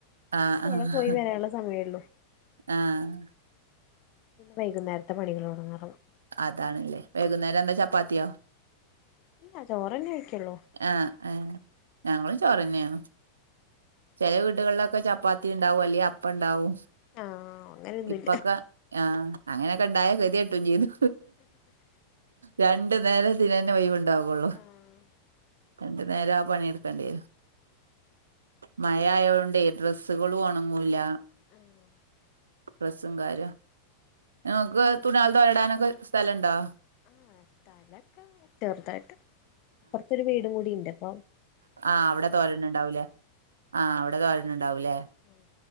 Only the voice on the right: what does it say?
ആഹ്
ആഹ്
ആഹ്
അതാണല്ലേ വൈകുന്നേരം എന്താ ചപ്പാത്തിയോ?
ആഹ് ആഹ് ഞങ്ങളും ചോറന്നെണ് ചെല വീടുകളിലൊക്കെ ചപ്പാത്തി ഇണ്ടാവും അല്ലെ അപ്പണ്ടാവും
ഇപ്പൊക്കെ ആഹ് അങ്ങനെക്കെ ഇണ്ടായ കെതിട്ടും ചെയ്തു രണ്ടു നേരം ഇതിനെന്നെ ഒഴിവ്വ് ഇണ്ടാവോള്ളൂ
രണ്ട് നേരം ആഹ് പണിട്ക്കേണ്ടിരും മഴ ആയോണ്ട് ഡ്രസ്സുകള് ഒണങ്ങൂല്ല
ഡ്രസും കാര്യം നിങ്ങക്ക് തുണിയികള വരടാനൊക്കെ സ്ഥലംണ്ടോ?
ആവിടെ തോരണ ഉണ്ടാവൂലേ ആഹ് അവിടെ തോരന്ന ഉണ്ടാവൂല്ലേ-